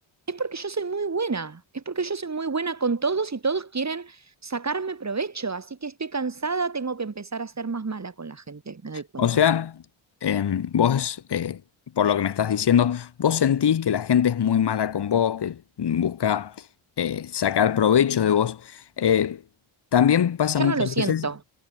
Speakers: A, on the right; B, on the left.
A: es porque yo soy muy buena, es porque yo soy muy buena con todos y todos quieren sacarme provecho, así que estoy cansada, tengo que empezar a ser más mala con la gente, me doy cuenta.
B: O sea, em, vos, eh, por lo que me estás diciendo, vos sentís que la gente es muy mala con vos, que busca eh, sacar provecho de vos. Eh, también pasa
A: Yo
B: muchas
A: no lo siento.
B: veces,